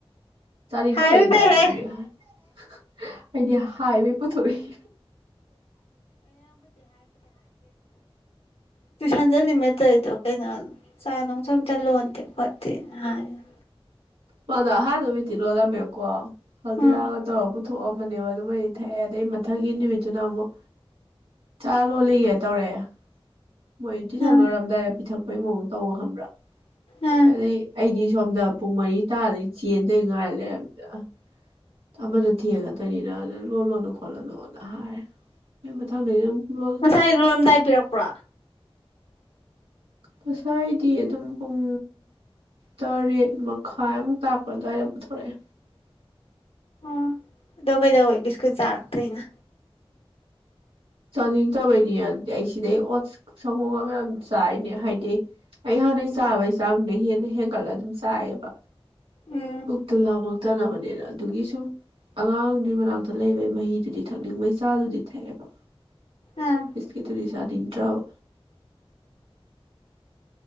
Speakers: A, on the right; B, on the left.
A: ꯆꯥꯅꯤꯡꯇꯕꯩꯅꯤꯗ
B: ꯍꯥꯏꯔꯨꯗꯦꯍꯦ
A: ꯑꯗꯨꯕꯨꯗꯤ ꯑꯩꯗꯤ ꯍꯥꯏꯕꯩ ꯄꯨꯊꯣꯛꯏ
B: ꯇ꯭ꯌꯨꯁꯟ ꯆꯠꯂꯤꯃꯦ ꯇꯧꯏꯗꯣ ꯀꯩꯅꯣ ꯆꯥ ꯅꯨꯡꯁꯨ ꯑꯃꯇ ꯂꯣꯟꯗꯦ ꯈꯣꯠꯇꯦꯅ ꯍꯥꯏꯃꯅꯤ
A: ꯃꯥꯗꯣ ꯑꯍꯥꯥꯟꯕ ꯅꯨꯃꯤꯠꯇꯤ ꯂꯣꯜꯂꯝꯃꯦꯕꯀꯣ ꯍꯜꯗꯤꯔꯥꯒ
B: ꯎꯝ
A: ꯇꯧꯔꯒ ꯄꯨꯊꯣꯛꯑꯝꯕꯅꯦꯕ ꯑꯗꯨꯃꯗꯤ ꯊꯛꯑꯦ ꯑꯗꯩ ꯃꯊꯪꯒꯤ ꯅꯨꯃꯤꯠ ꯁꯤꯅ ꯑꯃꯨꯛ ꯆꯥ ꯂꯣꯜꯂꯤꯌꯦ ꯇꯧꯔꯛꯑꯦ ꯃꯣꯏ ꯇꯨꯏꯋꯤꯁꯟ
B: ꯎꯝ
A: ꯂꯣꯏꯔꯝꯗꯥꯏꯗ ꯄꯤꯊꯛ ꯑꯈꯣꯏ ꯃꯧꯗ ꯇꯧ ꯈꯕ꯭ꯔꯥ
B: ꯎꯝ
A: ꯑꯗꯩ ꯑꯩꯒꯤ ꯁꯣꯝꯗ ꯄꯨꯡ ꯃꯔꯤ ꯇꯥꯔꯗꯩꯅꯤ ꯆꯦꯟꯗꯣꯏ ꯉꯥꯏ ꯂꯩꯔꯝꯅꯦ ꯑꯥ ꯑꯃꯗꯨ ꯊꯦꯡꯉꯥꯗꯣꯏꯅꯤꯅ ꯑꯗꯨꯗ ꯂꯣꯜꯂꯣꯅꯨ ꯈꯣꯠꯂꯣꯅꯨꯅ ꯍꯥꯏꯔꯦ ꯑꯩ ꯃꯊꯪꯗꯩ ꯑꯗꯨꯝ ꯂꯣꯜ
B: ꯉꯁꯥꯏ ꯂꯣꯏꯔꯝꯗꯥꯏ ꯄꯤꯔꯛꯄ꯭ꯔꯣ
A: ꯉꯁꯥꯏꯗꯤ ꯑꯗꯨꯝ ꯄꯨꯡ ꯇꯔꯦꯠ ꯃꯈꯥꯏꯃꯨꯛ ꯇꯥꯛꯄ ꯑꯗꯨꯋꯥꯏꯗ ꯄꯨꯊꯣꯔꯛꯑꯦ
B: ꯎꯝ ꯑꯗꯣ ꯀꯩꯗꯧꯋꯦ ꯕꯤꯁꯀꯨꯠ ꯆꯥꯔꯛꯇꯔꯤꯅ
A: ꯆꯅꯤꯡꯇꯕꯩꯅꯤ ꯑꯗꯤꯏ ꯑꯩ ꯁꯤꯗꯩ ꯑꯣꯠꯁ ꯁꯪꯒꯣꯝꯒ ꯃꯌꯥꯝ ꯆꯥꯏꯅꯦ ꯍꯥꯏꯗꯤ ꯑꯩ ꯍꯥꯟꯅꯩ ꯆꯥꯕꯩ ꯆꯥꯡꯗꯩ ꯍꯦꯟꯅ ꯍꯦꯟꯒꯠꯂ ꯑꯗꯨꯝ ꯆꯥꯏꯌꯦꯕ
B: ꯎꯝ
A: ꯄꯨꯛꯇꯨ ꯂꯥꯃꯛ ꯂꯥꯃꯛꯅꯦꯅ ꯑꯗꯨꯒꯤ ꯁꯨꯝ ꯑꯉꯥꯡꯗꯨꯒꯤ ꯃꯅꯥꯛꯇ ꯂꯩꯕꯒꯤ ꯃꯍꯤꯗꯨꯗꯤ ꯊꯛꯅꯤꯡꯕꯩ ꯆꯥꯗꯨꯗꯤ ꯊꯛꯑꯦꯕ
B: ꯎꯝ
A: ꯕꯤꯁꯀꯤꯠꯇꯨꯗꯤ ꯆꯥꯅꯤꯡ ꯆꯥꯕ